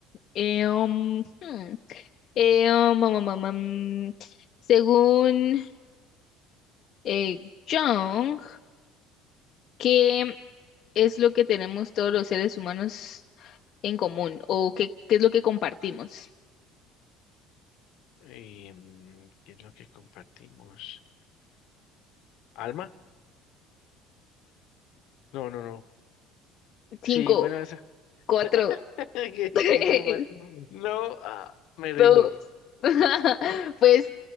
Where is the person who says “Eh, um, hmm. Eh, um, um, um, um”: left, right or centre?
Left